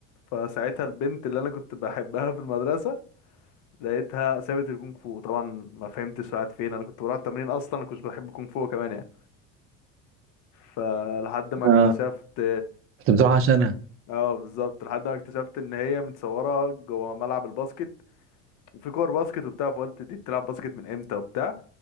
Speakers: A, on the left; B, on the right.
A: فساعتها البنت اللي أنا كنت بحبها في المدرسة لقيتها سابت الكونغ فو طبعا ما فهمتش راحت فين أنا كنت بروح التمرين أصلا أنا كنت بحب الكونغ فو كمان يعني فلحد ما اكتشفت
B: امم كنت بتروح عشانها
A: اه بالظبط لحد ما اكتشفت ان هي متصوره جوه ملعب الباسكت وفي كور باسكت وبتاع فقلت دي بتلعب باسكت من امتى وبتاع